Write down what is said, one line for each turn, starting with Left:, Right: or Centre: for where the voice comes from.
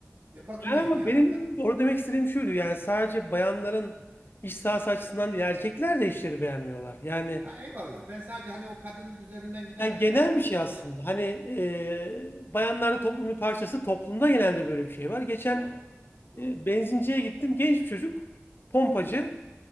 Right: E, Bakıma
Left: Yani
Right: ihtiyacı
Left: ama benim
Right: var.
Left: orada demek istediğim şuydu. Yani sadece bayanların iş sahası açısından değil, erkekler de işleri beğenmiyorlar. Yani
Right: Ha, eyvallah. Ben sadece hani o kadın üzerinden giderken
Left: yani genel
Right: onu bir
Left: bir şey aslında.
Right: şey olarak.
Left: Hani e, bayanlarda toplumun bir parçası, toplumda genelde böyle bir şey var. Geçen
Right: Doğru. Doğru.
Left: e, benzinciye gittim. Genç bir çocuk, pompacı.